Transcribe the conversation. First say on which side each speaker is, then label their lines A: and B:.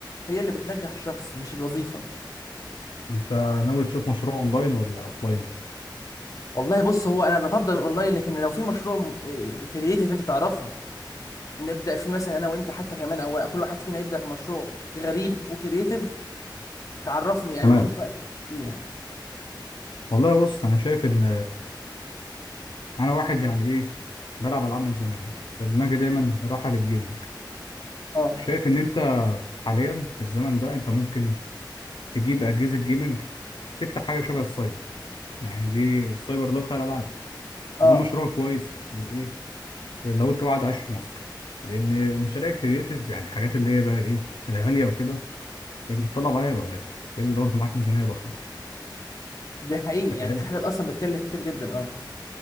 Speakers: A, on the left; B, on the left.
A: هي اللي بتنجح الشخص مش الوظيفه
B: انت ناوي تشوف مشروع اونلاين ولا اوفلاين
A: والله بص هو انا بفضل الاونلاين لكن لو في مشروع م- إيه، بكرييتيف انت تعرفه نبدا فيه مثلا انا وانت حتى كمان او كل واحد فينا يبدا في مشروع غريب وكرييتيف تعرفني يعني
B: تمام
A: نشوف بقى كده فيه يعني
B: والله بص انا شايف ان انا واحد يعني ايه بلعب العاب من زمان فدماغي دايما رايحه للجيمنج
A: اه
B: شايف ان انت حاليا في الزمن ده انت ممكن تجيب اجهزه جيمنج تفتح حاجه شبه السايبر يعني دي السايبر ده بتاع الالعاب
A: اه
B: ده مشروع كويس للايه لو انت قاعد عايش في مصر لان مشاريع الكرياتيف يعني الحاجات اللي هي بقى ايه الغاليه وكده اللي بتطلب عليها بقى قليل الا لو انت معاك ميزانيه ضخمه
A: ده حقيقي
B: انت
A: يعني
B: فاهم
A: في حاجات اصلا بتكلف كتير جدا اه